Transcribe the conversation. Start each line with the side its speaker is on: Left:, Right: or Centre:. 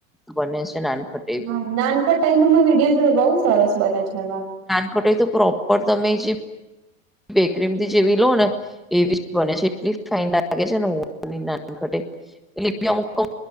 Centre: બને છે નાનકટ
Right: હા નાનખ ટાઈ નમાં વિડીયો જો બઉુ સરસ બને છે એમાં
Centre: ટ તો પ્રોપર તમે જે બેકરીમ જેવી લોન એવી જ બને છે એટલી ફાાઈન લાગે છે ને હ નાન ઘટે એટી અમુક